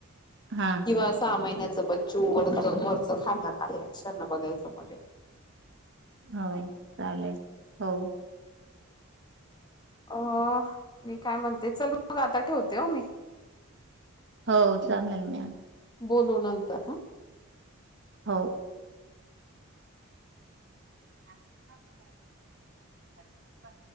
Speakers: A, on the right (about 55°); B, on the left (about 20°).
A: हा
B: किंवा सहा महिन्यात बच्चू वरच वरच खा आहे अक्षांना बघायचं मजे-
A: हो चालेल हो
B: अ मी काय म्हणते चल मग आता ठेवते हो मी?
A: हो चालेल मला?
B: बोलूू नंतर हा
A: हो <inaudible> बा